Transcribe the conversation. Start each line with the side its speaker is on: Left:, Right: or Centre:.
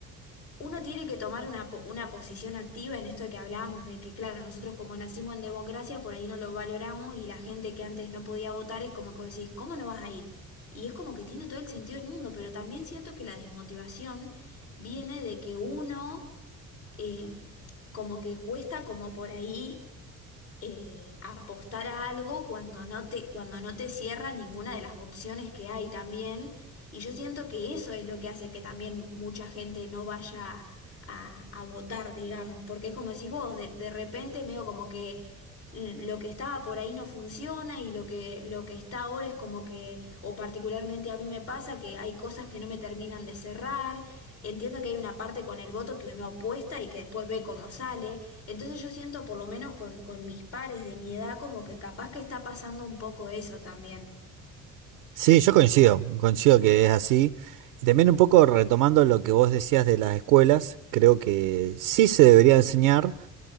Left: uno tiene que tomar una, po- una posición activa en esto que hablábamos, de que, claro, nosotros como nacimos en democracia, por ahí no lo valoramos y la gente que antes no podía votar es como que vos decís, ¿cómo no vas a ir? Y es como que tiene todo el sentido del mundo, pero también siento que la desmotivación viene de que uno, em, como que cuesta como por ahí eh, apostar a algo cuando no te, cuando no te cierra ninguna de las opciones que hay también. Y yo siento que eso es lo que hace que también mucha gente no vaya a, a votar, digamos, porque es como decís vos, de, de repente medio como que lo que estaba por ahí no funciona y lo que, lo que está ahora es como que, o particularmente a mí me pasa que hay cosas que no me terminan de cerrar. Entiendo que hay una parte con el voto que uno apuesta y que después ve cómo sale. Entonces yo siento, por lo menos con, con mis pares de mi edad, como que capaz que está pasando un poco eso también.
Right: Sí, yo coincido, coincido que es así. Y también un poco retomando lo que vos decías de las escuelas, creo que sí se debería enseñar.